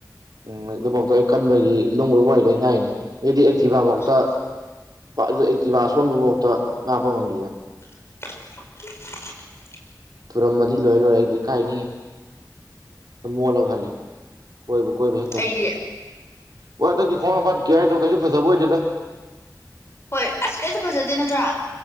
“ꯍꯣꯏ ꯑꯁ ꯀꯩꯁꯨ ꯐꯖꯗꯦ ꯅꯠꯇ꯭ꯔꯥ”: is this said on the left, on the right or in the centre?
Left